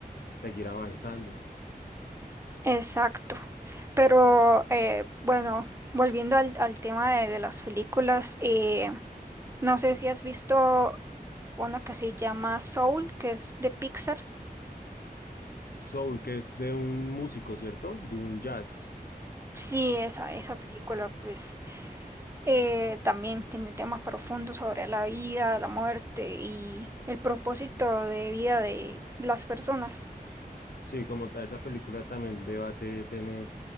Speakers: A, on the left (about 75°); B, on the right (about 15°).
A: seguir avanzando.
B: exacto. Pero eh, bueno, volviendo al, al tema de, de las películas, eh, no sé si has visto una que se llama Soul, que es de Pixar.
A: Soul, que es de un músico, ¿cierto? De un jazz.
B: Sí, esa, esa película, pues Eh, también tiene temas profundos sobre la vida, la muerte y el propósito de vida de las personas.
A: Sí, como tal, esa película también debate tener,